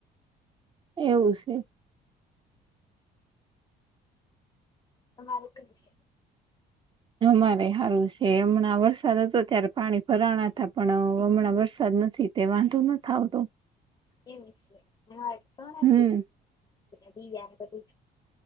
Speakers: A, on the right; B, on the left.
A: એવું છે.
B: એ મારે પણ છે.
A: ને અમારે સારું છે હમણાં વરસાદ હતો ત્યારે પાણી ભરાણા હતા પણ હમણાં વરસાદ નથી. તે વાંધો નથ આવતો.
B: એમ છે ને આના
A: હમ
B: બી ગયા ને પછી